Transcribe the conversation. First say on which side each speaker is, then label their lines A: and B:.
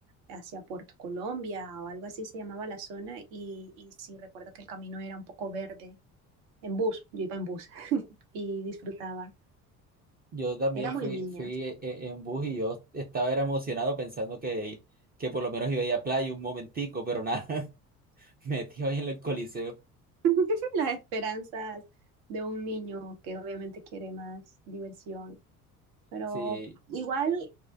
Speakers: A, on the right; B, on the right.
A: hacia Puerto Colombia o algo así se llamaba la zona y, y sí recuerdo que el camino era un poco verde en bus, yo iba en bus <laughs> y disfrutaba.
B: Yo también
A: Era muy
B: fui,
A: niña.
B: fui e- e- en bus y yo estaba era emocionado pensando que, que por lo menos iba a ir a playa un momentico, pero nada, <laughs> metido ahí en el coliseo.
A: <laughs> Las esperanzas de un niño que obviamente quiere más diversión, pero
B: Sí,
A: igual